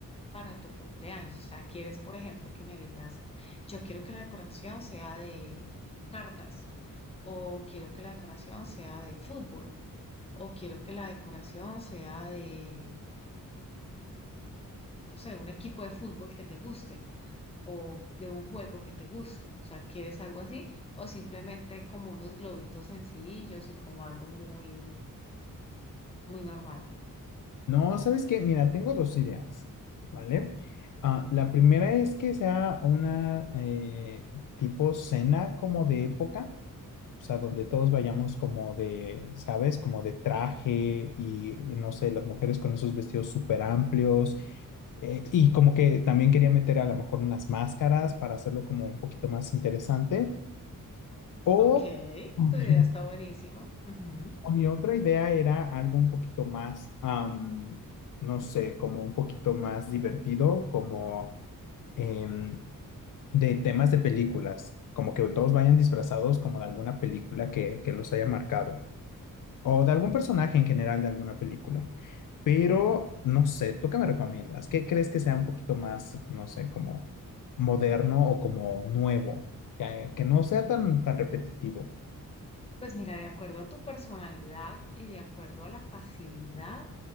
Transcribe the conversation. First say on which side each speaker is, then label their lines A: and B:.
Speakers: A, on the left; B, on the left.
A: para tu cumpleaños? O sea, quieres, por ejemplo, que me digas, yo quiero que la decoración sea de cartas, o quiero que la decoración sea de fútbol, o quiero que la decoración sea de, no sé, un equipo de fútbol que te guste. o de un juego que te guste. O sea, ¿quieres algo así? O simplemente como unos globitos sencillos y como algo muy, muy normal.
B: No, ¿sabes qué? Mira, tengo dos ideas, ¿vale? Ah, la primera es que sea una eh, tipo cena como de época, o sea, donde todos vayamos como de, ¿sabes? Como de traje y, no sé, las mujeres con esos vestidos súper amplios Eh, y como que también quería meter a lo mejor unas máscaras para hacerlo como un poquito más interesante. O,
A: Ok,
B: <laughs>
A: tu idea está buenísima. Ujú.
B: o mi otra idea era algo un poquito más, am, no sé, como un poquito más divertido, como em, de temas de películas, como que todos vayan disfrazados como de alguna película que, que los haya marcado o de algún personaje en general de alguna película. Pero no sé, ¿tú qué me recomiendas? ¿Qué crees que sea un poquito más, no sé, como moderno o como nuevo? Que, que no sea tan, tan repetitivo.
A: Pues mira, de acuerdo a tu personalidad y de acuerdo a la facilidad,